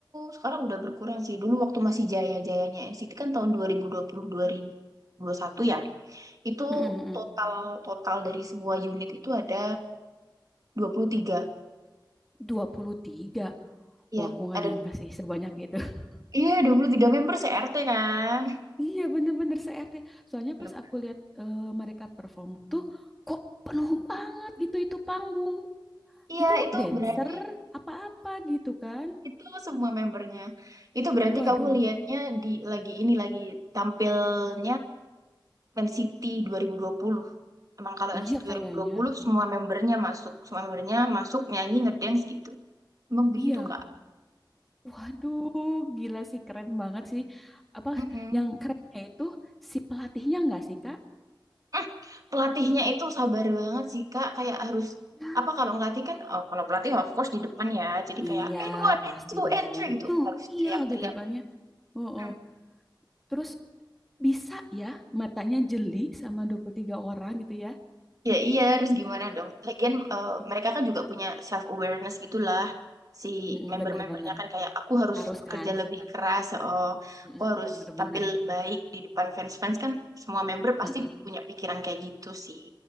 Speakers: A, on the right (about 45°); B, in the centre.
A: sekarang udah berkurang sih. Dulu waktu masih jaya-jayanya NCT kan tahun dua dua dua puluh dua ribu ribu puluh puluh satu ya. Itu
B: Mm-mm-mm.
A: total total dari semua unit itu ada dua puluh tiga,
B: 23.
A: Iya,
B: Wah, aku nggak
A: ada
B: nyangka sih sebanyak itu. <laughs>
A: iya 23 member CRT kan.
B: Iya, bener-bener se-RT. Soalnya
A: <laughs> bener
B: pas aku lihat eh, mereka perform tuh, kok penuh banget gitu itu panggung.
A: Iya,
B: Itu
A: itu
B: dancer
A: berarti
B: apa-apa gitu kan?
A: Itu semua membernya. Itu berarti
B: Waduh,
A: kamu lihatnya di lagi ini lagi tampilnya Man City 2020. Emang kalau Man
B: iya
A: City
B: kayaknya.
A: 2020 semua membernya masuk, semua membernya masuk nyanyi ngedance gitu. Emang begitu
B: Iya,
A: Kak.
B: waduh, gila sih keren banget sih. Apa
A: Mm-mm.
B: yang kerennya itu si pelatihnya nggak sih, Kak?
A: Eh, pelatihnya itu sabar banget sih Kak, kayak harus
B: Iya,
A: apa kalau ngelatih kan oh, kalau pelatih of course di depan ya. Jadi
B: Iya,
A: kayak and one,
B: pasti
A: and two,
B: dong.
A: and three gitu
B: Yo
A: harus
B: iya
A: teriak-teriak.
B: gitu kan ya. Oh, oh.
A: Hmm.
B: Terus bisa ya matanya jeli sama 23 orang gitu ya.
A: Ya iya, harus gimana dong? Lagian eh,
B: Iya.
A: mereka kan juga punya self awareness gitulah si
B: Mm-mm,
A: member-membernya
B: Bener-bener.
A: kan kayak aku harus
B: Harus
A: bekerja
B: kan?
A: lebih keras, ya oh,
B: Mm-mm,
A: aku harus
B: Bener-bener.
A: tampil baik di depan fans-fans kan semua member pasti
B: Mm-mm.
A: punya pikiran kayak gitu sih.